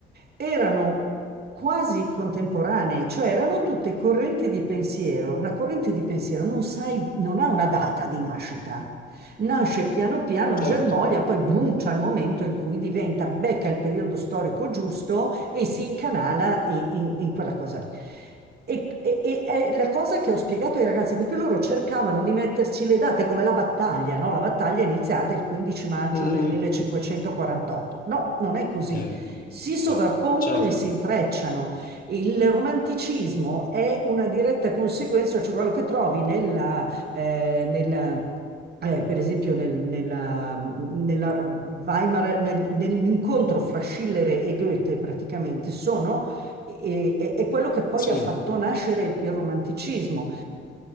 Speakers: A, on the right; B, on the left.
A: erano quasi contemporanee, cioè erano tutte correnti di pensiero. Una corrente di pensiero non sai, non ha una data di nascita nasce piano piano
B: certo.
A: germoglia, poi boom, c'è il momento in cui diventa, becca il periodo storico giusto e si incanala in, in- in quella cosa lì. E, e- e è la cosa che ho spiegato ai ragazzi, perché loro cercavano di metterci le date come la battaglia, no? La battaglia è iniziata il 15 maggio
B: Mm.
A: del 1548. No, non è così.
B: Eh, no,
A: Si sovrappongono
B: chiaro. Certo,
A: e si intrecciano. Il romanticismo è una diretta conseguenza, cioè quello che trovi nella, eh, nella- eh, per esempio nel- nella- nella Weimar, nel- nell'incontro fra Schiller e Goethe praticamente sono, e- e- è quello che poi
B: sì.
A: ha fatto nascere il romanticismo